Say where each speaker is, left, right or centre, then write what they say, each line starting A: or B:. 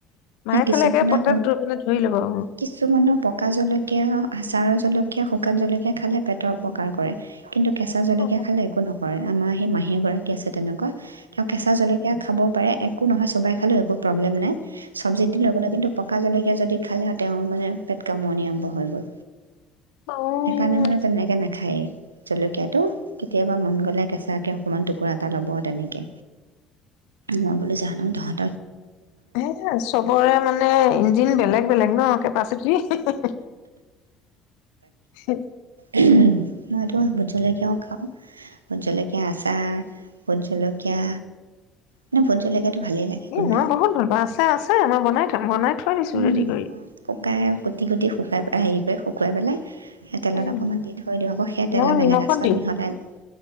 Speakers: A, on the left; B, on the right.
A: মায়ে
B: কিছুমানৰ
A: খালে একে পেটত মানে ধৰি ল'ব অ।
B: কিছুমানৰ পকা জলকীয়া, আচাৰৰ জলকীয়া, শুকান জলকীয়া খালে পেটৰ অপকাৰ কৰে। কিন্তু কেঁচা জলকীয়া
A: অ
B: খালে একো নকৰে আমাৰ সেই মাহী গৰাকী আছে তেনেকোৱা তেওঁ কেঁচা জলকীয়া খাব পাৰে। একো নহয় চোবাই খালেও একো প্ৰব্লেম নাই। চবজিত দিলেও একো নাই কিন্তু পকা জলকীয়া যদি খালে তেওঁ মানে পেট কামোৰণি আৰম্ভ হৈ গ'ল।
A: উম।
B: সেইকাৰণে মানে তেনেকে নাখায়েই জলকীয়াটো কেতিয়াবা মন গলে কেঁচাকে অকণমান টুকুৰা এটা ল'ব তেনেকে। মই বোলো জানো তহঁত
A: সেয়াই চবৰে মানে ইঞ্জিন বেলেগ, বেলেগ ন? অ কেপাচিটি হি হি হি হি
B: ওমহ মইতো ভোট জলকীয়াও খাওঁ, ভোট জলকীয়া আচা আ ভোট জলকীয়া মানে ভোট জলকীয়াটো ভালেই লাগে গোন্ধ
A: এ মই বহুত ভাল পাওঁ আচাৰ আছে মই বনাই থ ও বনাই থৈ দিছো
B: উম,
A: ৰেডি কৰি।
B: শুকাই কুটি কুটি শুকাই হেৰি কৰে শুকুৱাই পেলাই সেই তেলত
A: উম,
B: অকণমান দি থৈ দিওঁ আকৌ সেই তেল
A: মই
B: বেলেগ
A: নিমখত
B: আচাৰত
A: দিওঁ।
B: মিহলাই লওঁ